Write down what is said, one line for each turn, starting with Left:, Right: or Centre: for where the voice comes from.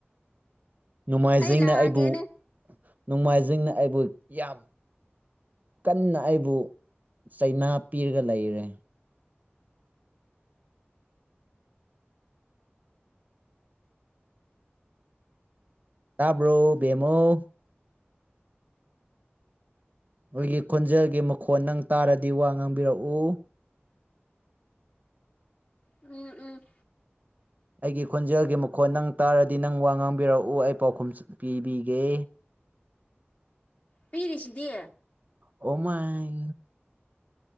Right: ꯅꯣꯡꯃꯥꯏꯖꯤꯡꯅ
Left: ꯑꯩ ꯂꯥꯛꯑꯒꯦꯅꯦ
Right: ꯑꯩꯕꯨ ꯅꯣꯡꯃꯥꯏꯖꯤꯡꯅ ꯑꯩꯕꯨ ꯌꯥꯝ ꯀꯟꯅ ꯑꯩꯕꯨ ꯆꯩꯅꯥ ꯄꯤꯔꯒ ꯂꯩꯔꯦ ꯇꯥꯕ꯭ꯔꯣ ꯕꯦꯃꯣ ꯑꯩꯒꯤ ꯈꯣꯟꯖꯦꯜꯒꯤ ꯃꯈꯣꯟꯠ ꯅꯪ ꯇꯥꯔꯗꯤ ꯋꯥ ꯉꯥꯡꯕꯤꯔꯛꯎ
Left: ꯎꯝ ꯎꯝ
Right: ꯑꯩꯒꯤ ꯈꯣꯟꯖꯦꯜꯒꯤ ꯃꯈꯣꯟ ꯅꯪ ꯇꯥꯔꯗꯤ ꯅꯪ ꯋꯥ ꯉꯥꯡꯕꯤꯔꯛꯎ ꯑꯩ ꯄꯥꯎꯈꯨꯝ ꯄꯤꯕꯤꯒꯦ
Left: ꯄꯤꯔꯤꯁꯤꯗꯤ
Right: ꯑꯣꯃꯥꯏ